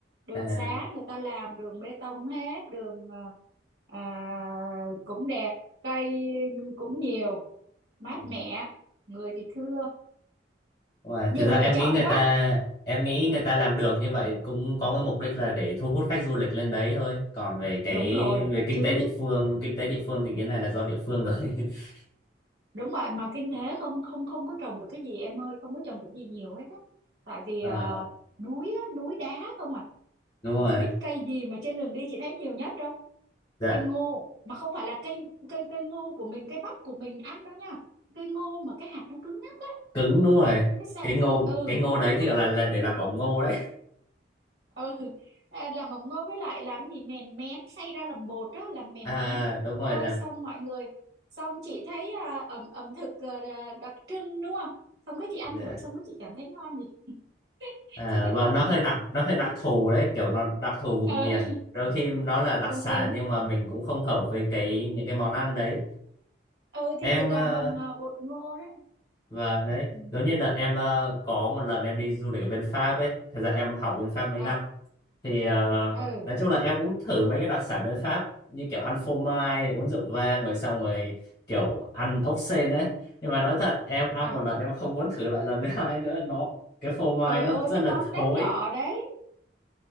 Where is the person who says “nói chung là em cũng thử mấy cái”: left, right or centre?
Left